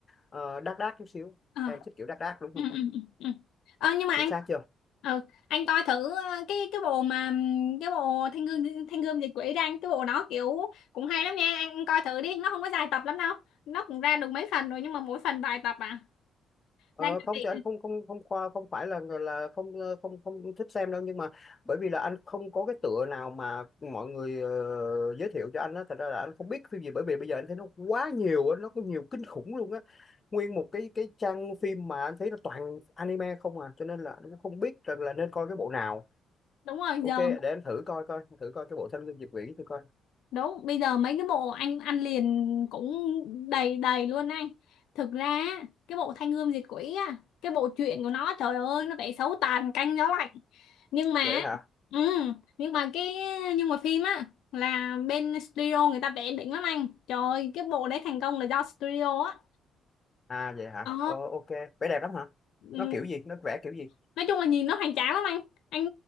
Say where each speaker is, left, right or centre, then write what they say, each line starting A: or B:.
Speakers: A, on the left (about 30°); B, on the left (about 80°).
A: ờ, đác đác chút xíu
B: ờ
A: em thích kiểu đác đác đúng không
B: ừ, ừ, ừ, ừ. ờ nhưng mà
A: chính
B: anh
A: xác chưa
B: ờ anh coi thử ờ, cái cái bộ mà ừm, cái bộ thiên gương thiên gương diệt quỷ ra anh, cái bộ đó kiểu cũng hay lắm nha anh coi thử đi nó không có dài tập lắm đâu nó cũng ra được mấy phần rồi nhưng mà mỗi phần vài tập à
A: Ờ,
B: đang chuẩn
A: không thì anh
B: bị
A: không không không khoa không phải là người là không ờ, không không thích xem đâu nhưng mà bởi vì là anh không có cái tựa nào mà mọi người ờ, giới thiệu cho anh á thật ra là anh không biết phim gì bởi vì bây giờ anh thấy nó quá nhiều á nó có nhiều kinh khủng luôn á nguyên một cái cái trang phim mà anh thấy nó toàn anime không à cho nên là anh cũng không biết rằng là nên coi cái bộ nào
B: đúng rồi
A: ok
B: giờ
A: để anh thử coi coi thử coi cái bộ Thanh Gươm Diệp Vĩ thử coi
B: Đúng, bây giờ mấy cái bộ anh ăn liền cũng đầy đầy luôn anh. Thực ra á, cái bộ Thanh Gươm Diệt Quỷ á, cái bộ truyện của nó trời ơi nó vẽ xấu tàn canh gió lạnh. Nhưng mà
A: vậy hả
B: ừ, nhưng mà cái nhưng mà phim á là bên studio người ta vẽ đỉnh lắm anh. Trời ơi, cái bộ đấy thành công là do studio á.
A: à vậy hả
B: Ờ,
A: ờ, ok vẻ đẹp lắm hả
B: ừ,
A: nó kiểu gì nó vẽ kiểu gì
B: nói chung là nhìn nó hoành tráng lắm anh. Anh